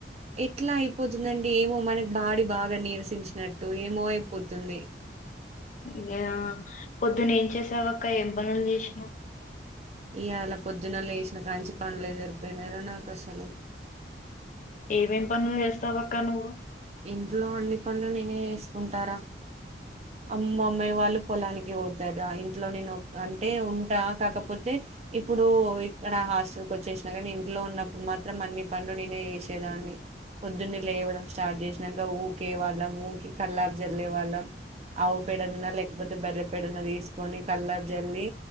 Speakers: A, on the right; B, on the left.
A: ఎట్లా అయిపోతుందండి ఏమో మనకి బాడి బాగా నిీరసించినట్టు ఏమో అయిపోతుంది
B: ఇదే పొద్దున్నే ఏం చేసావు అక్క ఏ పనులు ఇ చేసినావు
A: ఇయాళ పొద్దున్న లేగిసిన కాడ్ నుంచి పనులే జరిపోయినారో నాకు అసల
B: ఏమేం పనులు చేస్తావు అక్క నువ్వు
A: ఇంట్లో అన్ని పనులు నేనే చేసుకుంటారా అమ్మ అమ్మాయి వాళ్ళు పొలానికి పోతారా ఇంట్లో నేను అంటే ఉంటా కాకపోతే ఇప్పుడు ఇక్కడ హాస్టల్కి వచ్చేసినా కానీ ఇంట్లో ఉన్నప్పుడు మాత్రం అన్ని పనులు నేనే చేసేదాన్ని పొద్దున్నే లేవ్వడం స్టార్ట్ చేసినాక ఊరికే వాళ్ళం ఊకి కల్లారు జల్లేే వాళ్ళం ఆవు పెడనా లేకపోతే బెర్రపెడయిన తీసుకొని కల్లారు జల్లి